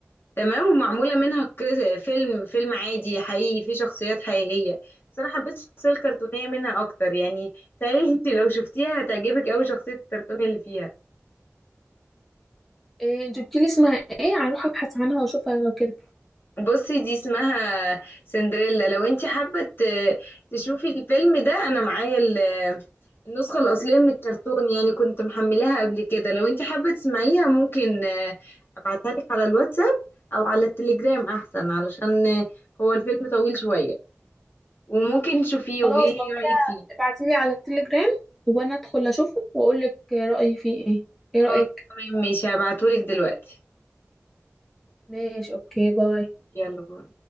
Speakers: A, on the left; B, in the centre.
A: تمام ومعمولة منها قص- فيلم فيلم عادي حقيقي فيه شخصيات حقيقية بس أنا حبيت الشخصية الكرتونية منها أكتر يعني تهيألي <laughs> أنت لو شفتيها هتعجبك أوي شخصية الكرتون اللي فيها
B: إيه جبت لي اسمها ايه هروح ابحث عنها واشوفها لو كده
A: بصي دي اسمها سندريلا لو انت حابة ت- تشوفي الفيلم ده انا معايا ال- النسخة الأصلية من الكرتون يعني كنت محملاها قبل كده لو انت حابة تسمعيها ممكن آه، ابعتها لك على الواتساب او على التليجرام احسن علشان آه، هو الفيلم طويل شوية وممكن تشوفيه
B: خلاص
A: وقولي لي
B: لو
A: ايه
B: كده
A: رأيك فيه
B: ابعتي لي على التليجرام وانا ادخل اشوفه واقول لك رأيي فيه ايه ايه
A: خلاص
B: رأيك
A: تمام ماشي هبعتهولك دلوقتي
B: ماشي اوكي باي
A: يلا باي